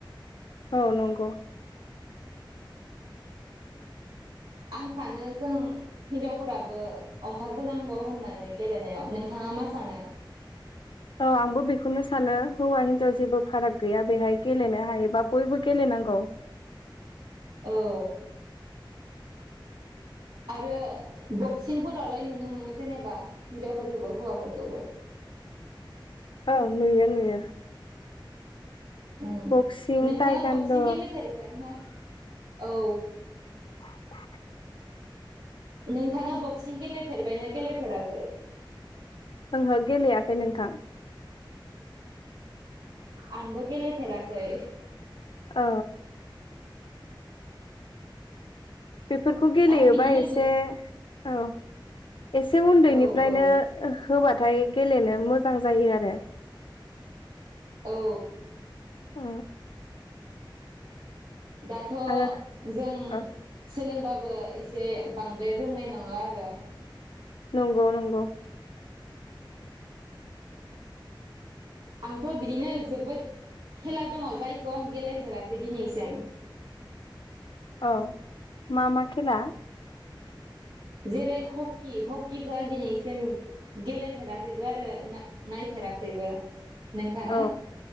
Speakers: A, on the left; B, on the right.
A: औ नंगौ
B: आं सानो जों हिनजावफोराबो ओंखारबोनांगौ होननानै गेलेनायाव नोंथाङा मा सानो
A: औ आंबो बेखौनो सानो हौवा हिनजाव जेबो फाराग गैया बेहाय गेलेनो हायोबा बयबो गेलेनांगौ
B: औ आरो बक्सिंफोरावलाय नुनो मोनो जेनेबा हिनजावफोरखौबो हौवाफोरखौबो
A: औ नुयो नुयो
B: ओम
A: बक्सिं
B: नोंथाङा
A: टाइकान्द'
B: बक्सिं गेलेफेरबाय ना औ
A: <inaudible>
B: नोंथाङा बक्सिं गेलेफेरबायना गेलेफेराखै
A: ओंहो गेलेयाखै नोंथां
B: आंबो गेलेफेराखै
A: अ बेफोरखौ गेलेयोबा
B: आं बिदिनो
A: एसे
B: गो
A: औ एसे उन्दैनिफ्रायनो
B: औ औ
A: होबाथाय गेलेनो मोजां जायो आरो
B: औ
A: अ
B: दाथ'
A: आरो
B: जों
A: ओ
B: सोलोंबा बो एसे बांद्राय रोंनाय नंला आरो
A: नंगौ नंगौ
B: आंथ' बिदिनो जोबोद खेला दङ जायखौ आं गेलेफेराखै दिनैसिम
A: औ मा मा खेला
B: जेरै हकि हकिखौ आं दिनैसिम गेलेफेराखैबो आरो नायफेराखैबो नोंथाङा
A: औ